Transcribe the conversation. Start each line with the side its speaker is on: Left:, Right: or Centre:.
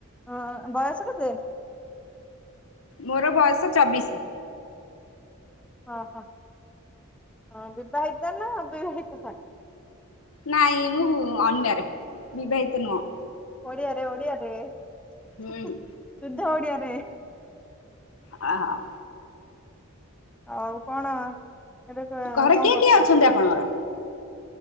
Centre: ହଁ ବୟସ କେତେ?
Left: ମୋର ବୟସ ଚବିଶି।
Centre: ହଁ ହଁ ହ ବିବାହିତ ନା ଅବିବାହିତ ହ
Left: ନାଇଁ ମୁଁ ଅନମ୍ୟାରେଡ଼ ବିବାହିତ ନୁହଁ।
Centre: ଓଡ଼ିଆରେ ଓଡ଼ିଆରେ
Left: ହୁଁ
Centre: ସୁଦ୍ଧ ଓଡ଼ିଆରେ।
Left: ହଁ ହ।
Centre: ଆଉ କଣ ଏବେ କଅଁ
Left: ଘରେ କିଏ
Centre: କରୁଚ।
Left: କିଏ ଅଛନ୍ତି ଆପଣଙ୍କର